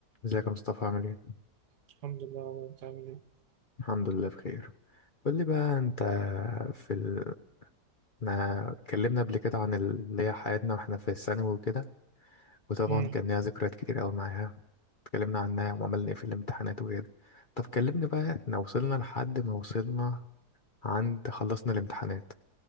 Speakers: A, on the left; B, on the right.
A: ازيك يا مصطفى عامل ايه؟
B: الحمد لله والله انت عامل ايه
A: الحمد لله بخير قول لي بقى انت في ال... ما اتكلمنا قبل كده عن ال- اللي هي حياتنا واحنا في الثانوي وكده وطبعا
B: مم.
A: كان ليها ذكريات كتير قوي معاها اتكلمنا عنها وعملنا ايه في الامتحانات وكده طب كلمني بقى احنا وصلنا لحد ما وصلنا عند خلصنا الامتحانات